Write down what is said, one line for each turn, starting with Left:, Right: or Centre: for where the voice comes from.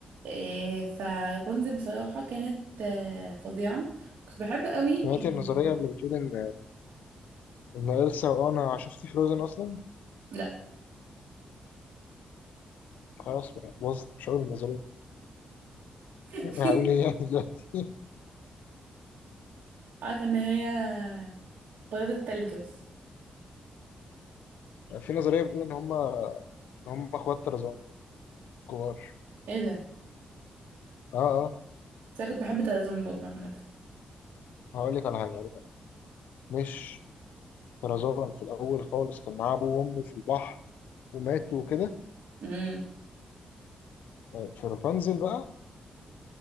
Right: إيه فبونزل بصراحه كانت آه، فظيعه كنت بحب قوي
Left: سمعت
Right: ال-
Left: النظريه اللي بتقول ان ان إلسا وانا شفت فروزن اصلا
Right: لا
Left: خلاص بقى باظت مش هقول النظريه
Right: <laughs>
Left: هقول ايه يعني دلوقتي
Right: عارفه ان هي بياض التلج بس
Left: في نظريه بتقول ان هم ان هم اخوات طرزان كبار
Right: ايه ده
Left: اه اه
Right: بس انا كنت بحب تلازون برضه عامه
Left: هقول لك على حاجه هقول لك على حاجه مش طرزان في الاول خالص كان معاه ابوه وامه في البحر وماتوا وكده
Right: امم
Left: آه، في رابنزل بقى